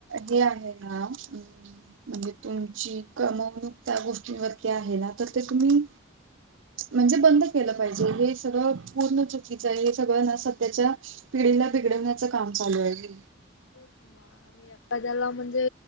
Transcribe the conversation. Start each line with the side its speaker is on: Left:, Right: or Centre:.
Right: हे आहे ना म्हणजे तुमची कमवणूक त्या गोष्टींवरती आहे ना तर ते तुम्ही म्हणजे बंद केलं पाहिजे हे सगळं पूर्ण चुकीचं आहे सगळ्याना सध्याच्या पिढीला बिघडवण्याच काम चालू आहे
Left: ह अ एखाद्याला म्हणजे